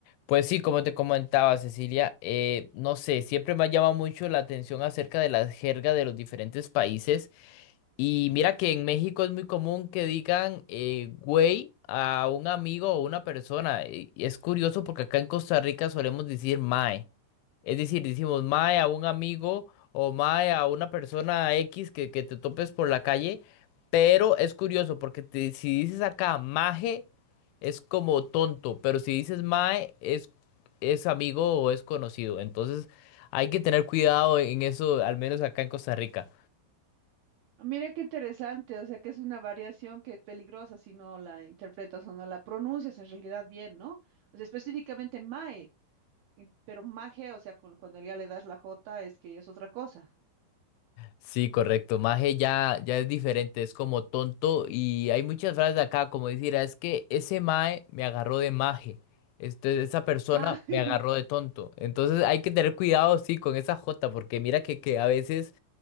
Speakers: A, on the left; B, on the right.
A: Pues sí, como te comentaba Cecilia, eh, no sé, siempre me ha llamado mucho la atención acerca de la jerga de los diferentes países. Y mira que en México es muy común que digan eh, güey a un amigo o una persona. Y y es curioso porque acá en Costa Rica solemos decir mae. Es decir, decimos mae a un amigo o mae a una persona X que, que te topes por la calle, pero es curioso porque te- si dices acá maje es como tonto, pero si dices mae es, es amigo o es conocido. Entonces hay que tener cuidado en eso, al menos acá en Costa Rica.
B: Ah, Mira qué interesante, o sea que es una variación que es peligrosa si no la interpretas o no la pronuncias en realidad bien, ¿no? O sea, específicamente mae, en- pero maje, o sea, con- cuando ya le das la jota es que ya es otra cosa.
A: Sí, correcto. Maje ya, ya es diferente, es como tonto. Y hay muchas frases acá, como decir, "Ah, es que ese mae me agarró de maje. Este, esa persona
B: Ah, <laughs>
A: me agarró de tonto. Entonces hay que tener cuidado, sí, con esa Jota porque mira que, que a veces,